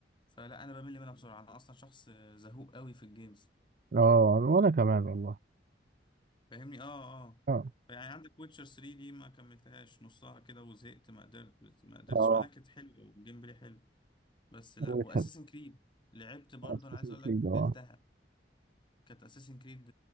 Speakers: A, on the left; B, on the right.
A: فلا انا بمل منها بسرعة انا اصلا شخص زهوق قوي في الجيمز
B: اه وانا كمان والله
A: فاهمني اه اه
B: اه
A: فيعني عندك ويتشر 3 دي ما كملتهاش نصها كده وزهقت ما قدرت ما قدرتش
B: اه
A: معناها كانت حلوه والجيم بلاي حلو بس لا
B: وبتحب
A: واساسن كريد لعبت برضه
B: Assassin's
A: انا عايز اقول
B: Creed،
A: لك
B: اه
A: تلتها كانت اساسن كريد